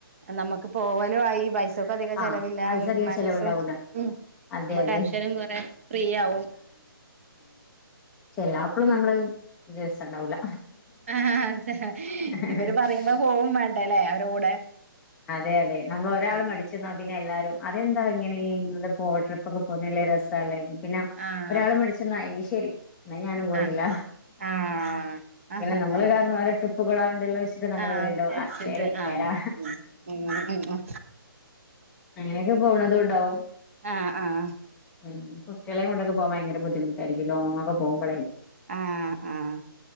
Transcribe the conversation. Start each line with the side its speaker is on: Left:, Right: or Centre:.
Right: നമ്മുക്ക് പോവലും ആയി ക്ക് അധികം ചെലവില്ല
Centre: ആഹ് പൈസ അധികം
Right: മനസ്സും
Centre: ചെലവുണ്ടാവൂല
Right: ഉ നമ്മ
Centre: അതെ അതെ
Right: ടെൻഷനും കൊറെ ഫ്രീ ആവും
Centre: എല്ലാപ്പളും നമ്മള് രസംണ്ടാവൂല
Right: ആഹ്
Centre: <unintelligible>
Right: ഇവര് പറയുമ്പോ പോവും വേണ്ടല്ലേ അവരെ കൂടെ
Centre: അതെ അതെ നമ്മള് ഒരാൾ
Right: ആഹ്
Centre: മടിച്ച പിന്നെ എല്ലാരും. അതെന്താ ഇങ്ങനെ ഇ ഗോവ ട്രിപ്പ് ഒക്കെ പോന്നില്ല രസല്ലേ പിന്നെ
Right: ആഹ്
Centre: ഒരാള് മടിച്ച നിന്ന ശരി എന്ന ഞാനും പോുന്നില്ല
Right: ആഹ് ആഹ് ആഹ്
Centre: പിന്നെ
Right: അങ്ങനെ
Centre: നമ്മള് കാരണം ഓരോ ട്രിപ്പ് കൊള്ളണ്ടല്ലോ വെച്ചിട്ട് നമ്മള്
Right: ആഹ്
Centre: വീണ്ടും
Right: വിചാരിച്ചിട്ട്
Centre: ആ ശെരി
Right: ആഹ്
Centre: വരാ
Right: ഉം ഉം ഉ
Centre: അങ്ങനെയൊക്കെ പോണത് ഉണ്ടാവും
Right: ആഹ് ആഹ്
Centre: ഊ ഇളയ കൊണ്ടൊക്കെ പോവാൻ ഭയങ്കര ബുദ്ധിമുട്ടായിരിക്കും ലോങ്കക്കെ പോക്പഴേ.
Right: ആഹ ആഹ്